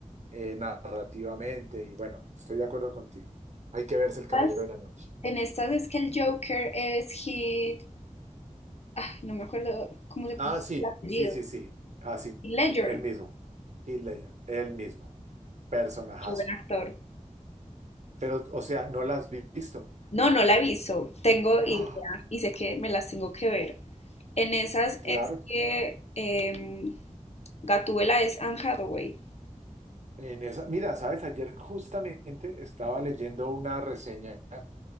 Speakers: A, on the right; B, on the left.
A: eh, narrativamente y bueno, estoy de acuerdo contigo. Hay que verse El Caballero
B: estas,
A: de la Noche.
B: en estas es que el Joker es Heath, ah, no me acuerdo cómo se
A: Ah,
B: pronuncia
A: sí,
B: el apellido,
A: sí, sí, sí, así,
B: Heath Ledger,
A: el mismo, Heath Ledger, el mismo. personajazo.
B: qué buen actor.
A: Pero, o sea, no la has visto.
B: No, no la he visto, tengo idea
A: ¡Ah!
B: y sé que me las tengo que ver. En esas
A: Claro,
B: es que em, Gatúbela es Anne Hathaway,
A: en esa, mira, sabes, ayer justamente estaba leyendo una reseña